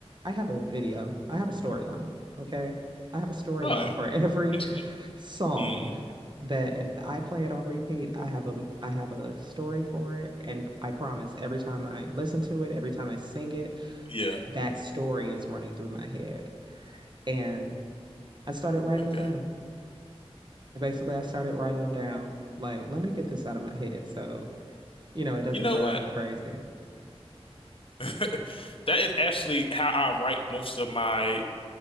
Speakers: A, on the right; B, on the left.
A: I have a video. I have a storyline, okay? I have a storyline
B: Oh,
A: for every
B: that's cool.
A: song
B: Mm,
A: that if I play it on repeat, I have a I have a story for it and I promise every time I listen to it, every time I sing it,
B: yeah.
A: that story is running through my head. And I started writing
B: Okay.
A: them down. And basically, I started writing them down. Like,
B: Mm.
A: let me get this out of my head so, you know, it doesn't
B: You know
A: drive
B: what?
A: me crazy.
B: <laughs> That is actually how I write most of my